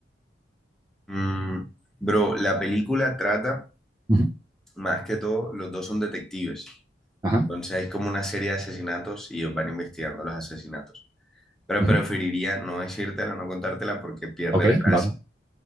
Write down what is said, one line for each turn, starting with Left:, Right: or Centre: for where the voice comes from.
Centre: Mm, bro, la película trata,
Right: Ujú,
Centre: más que todo, los dos son detectives.
Right: Ajá.
Centre: Entonces es como una serie de asesinatos y ellos van investigando los asesinatos. pero
Right: ujú.
Centre: preferiría no decírtela, no contártela porque pierde
Right: Ok,
Centre: la gracia.
Right: Sí. va.